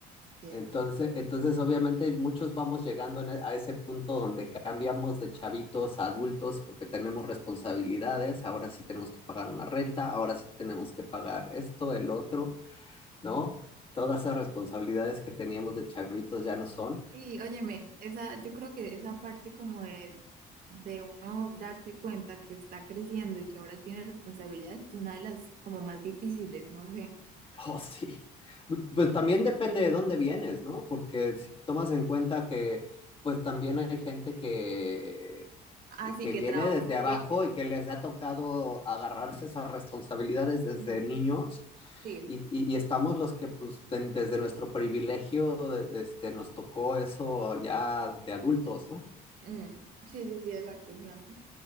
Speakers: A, on the right; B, on the left.
A: sí,
B: Entonces,
A: eso
B: entonces obviamente muchos vamos llegando en e- a ese punto donde cambiamos de chavitos a adultos porque tenemos responsabilidades, ahora sí tenemos que pagar una renta, ahora sí tenemos que pagar esto, el otro, ¿no? Todas esas responsabilidades que teníamos de chavitos ya no son.
A: Sí, óyeme, esa, yo creo que esa parte como de, de uno darse cuenta que está creciendo y que ahora tiene responsabilidades es una de las como más difíciles, no sé.
B: <laughs> Oh, sí. Pues también depende de dónde vienes, ¿no? Porque si tomas en cuenta que pues también hay gente que,
A: Así
B: que
A: que
B: viene
A: trabajo
B: desde abajo
A: y que...
B: y que les ha tocado agarrarse esas responsabilidades desde
A: mm,
B: niños
A: sí,
B: y, y- y estamos los que pues de- desde nuestro privilegio de- este, nos tocó eso ya de adultos, ¿no?
A: mm, sí, sí, sí, exacto. Sí, a mí,